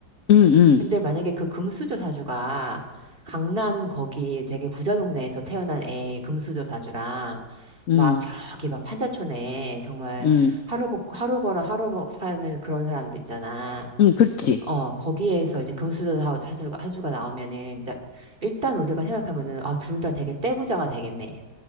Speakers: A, on the left (about 55°); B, on the right (about 30°).
A: 음, 음,
B: 근데 만약에 그 금수저 사주가 강남 거기 되게 부자 동네에서 태어난 애 금수저 사주랑
A: 음,
B: 막 저기 막 판자촌에 정말
A: 음,
B: 하루 벌 하루 벌어 하루 먹 사는 그런 사람도 있잖아.
A: 음, 그렇지.
B: 어, 거기에서 이제 금수저 사- 사주가, 사주가 나오면은 일단 일단 우리가 생각하면은 아, 둘 다 되게 떼부자가 되겠네.